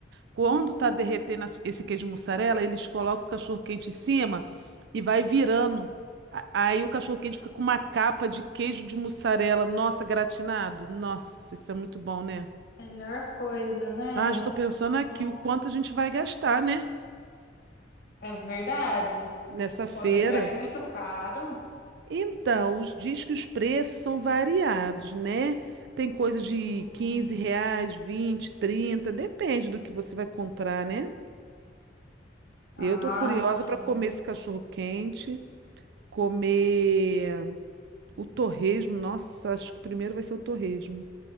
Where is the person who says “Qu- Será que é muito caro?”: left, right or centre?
Left